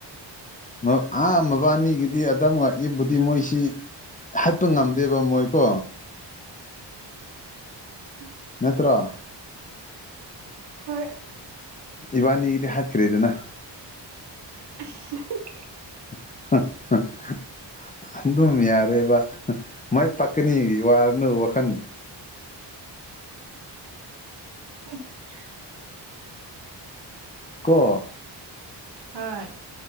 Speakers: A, on the left (about 20°); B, on the right (about 65°).
A: ꯃ ꯑꯥ ꯃꯕꯥꯅꯤꯒꯤꯗꯤ ꯑꯗꯝꯒ ꯏꯐꯕꯨꯗꯤ ꯃꯣꯏꯁꯤ ꯍꯥꯠꯄ ꯉꯝꯗꯦꯕ ꯃꯣꯏꯀꯣ꯫
B: ꯎꯝ
A: ꯅꯠꯇ꯭ꯔ
B: ꯍꯣꯏ
A: ꯏꯕꯟꯅꯤꯗꯤ ꯍꯥꯠꯈꯔꯦꯗꯅ
B: <unintelligible>
A: <unintelligible> ꯑꯗꯨꯝ ꯌꯥꯔꯦꯕ ꯃꯥꯏ ꯄꯥꯛꯀꯅꯤ ꯋꯥꯔꯅꯨ ꯋꯥꯈꯟ
B: <unintelligible>
A: ꯀꯣ
B: ꯍꯣꯏ